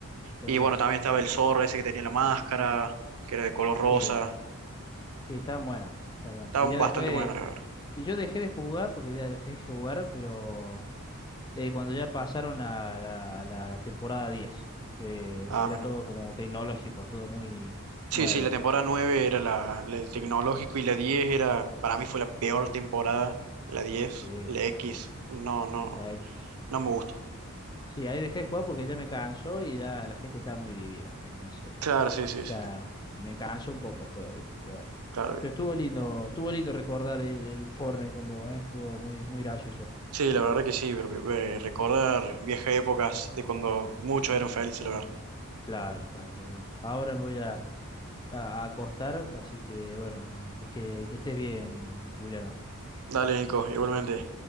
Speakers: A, on the left (about 20°); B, on the right (about 80°).
A: Tenés
B: Y bueno,
A: razón.
B: también estaba el zorro ese que tenía la máscara, que era de color rosa.
A: Sí, sí, estaban buenas, está bueno.
B: Estaba
A: Y ya
B: bastante
A: después.
B: bueno, la verdad.
A: Y yo dejé de jugar porque ya dejé de jugar, pero eh, cuando ya pasaron a la, a la temporada 10 que
B: Ah,
A: era todo como tecnológico, todo muy
B: Sí,
A: nuevo.
B: sí, la temporada 9 era la, la del tecnológico y la 10 era, para mí fue la peor temporada, la diez
A: Sí,
B: la X, no, no,
A: la X.
B: no me gustó.
A: Sí, ahí dejé de jugar porque ya me cansó y ya la gente estaba muy vivida. Entonces
B: Claro, sí, sí, sí,
A: ya me, me cansó un poco el juego, ¿viste? Pero bueno.
B: claro, bien.
A: Pero estuvo lindo, estuvo lindo recordar el, el Fortnite con vos, ¿eh? Estuvo muy, muy gracioso.
B: Sí, la verdad que sí, pero, eh, recordar viejas épocas de cuando muchos eran felices, la verdad.
A: Claro, claro, pero bueno. Ahora me voy a, a, a acostar, así que bueno, no, que, que estés bien, Juliano.
B: Dale, Nico, igualmente.